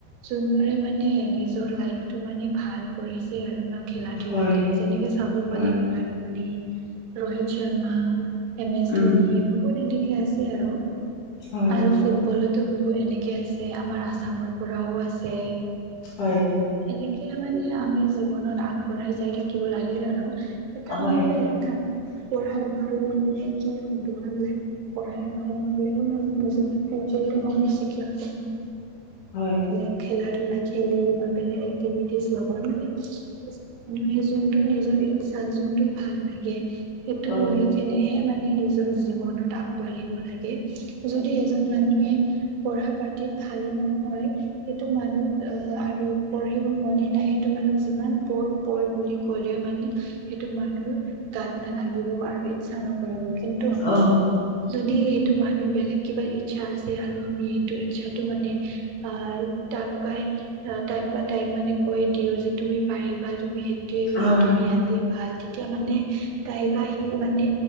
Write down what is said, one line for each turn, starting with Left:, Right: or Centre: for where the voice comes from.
Right: যোনবোৰে মানে নিজৰ লাইটো মানে ভাল কৰিছে আৰু খেলা ধূলাতে।
Left: হয়
Right: যেনেকে চাব গ'লে
Left: হয়
Right: Virat Kohli, Rohit Sharma M S
Left: um
Right: Dhoni বহুত এনেকে আছে আৰু।
Left: হয়
Right: আৰু ফুটবলত বহুত এনেকে আছে আমাৰ আসামৰ পৰাও আছে।
Left: হয়
Right: এনে কে মানে আমি জীৱনত আগবঢ়াই যায় থাকিব লাগে আৰু। এটা
Left: হয়
Right: নহ'লে এটা পঢ়াত ভাল নহ'লে কি হ'ব হয়নে নাই! পঢ়াত ভাল নহ'লে মানে নিজৰ ফিউচা এইটো মই হে চিকিউৰ কৰিম
Left: হয়
Right: বেলেগ খেলা ধূলা খেলি বা বেলেগ এক্টিভিটিজ লগত লাগে। এজন মানুহে যোনটো নিজৰ ইচ্ছা যোনটো ভাল লাগে সেইটো
Left: অ
Right: লৈ কেনে হে মানে নিজৰ জীৱনত আগবাঢ়িব লাগে। যদি এজন মানুহে পঢ়া পাতি তিত ভালে নহয়। সেইটো মানুহ আহ আৰু পঢ়িব মনেই নাই সেইটো মানুহক যিমান পঢ় পঢ় বুলি ক'লেও মানে সেইটো মানুহ গাত নালাগিব আৰু ইচ্ছা নক নকৰিব। কিন্তু
Left: অ
Right: যদি সেইটো মানুহ বেলেগ কিবা ইচ্ছা আছে আৰু আমি সেইটো ইচ্ছাটো মানে আহ তাক বা তাক বা তাইক মানে কৰি দিওঁ যে তুমি পাৰিবা তুমি সেই ইয়াতে
Left: হয়
Right: কৰা তুমি ইয়াতে ভাল। তেতিয়া মানে তাই বা সি মানে